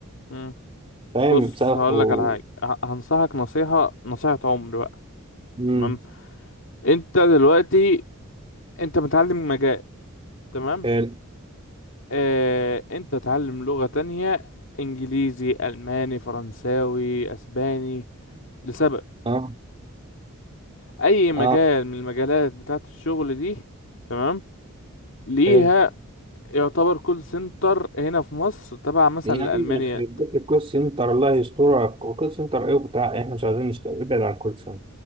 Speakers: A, on the left; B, on the right.
A: مم.
B: فاهم
A: بص
B: سقف
A: هقول
B: و
A: لك على حاجه ه- هنصحك نصيحه نصيحه عمر بقى
B: مم.
A: تمام انت دلوقتي انت متعلم مجال تمام
B: حلو
A: آه انت تعلم لغه تانية انجليزي الماني فرنساوي اسباني لسبب
B: اه
A: اي مجال
B: اه
A: من المجالات بتاعه الشغل دي تمام ليها
B: حلو
A: يعتبر كول سنتر هنا في مصر تبع مثلا
B: يا
A: لالمانيا
B: عم يخرب بيت الكول سنتر الله يسترك وكول سنتر ايه وبتاع احنا مش عايزين نشتغل ابعد عن الكول سنتر